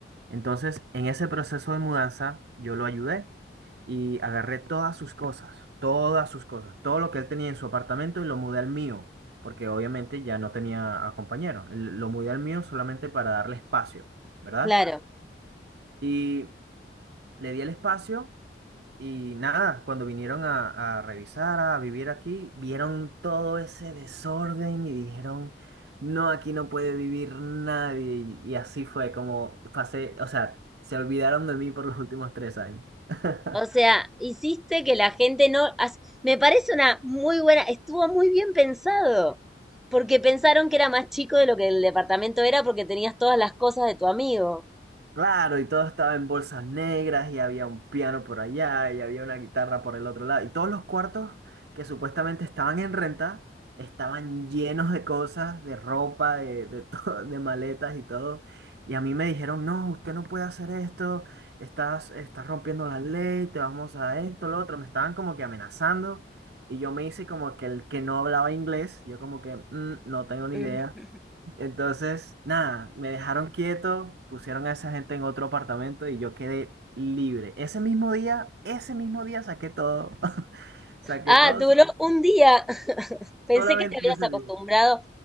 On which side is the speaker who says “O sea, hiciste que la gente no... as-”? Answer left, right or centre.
Centre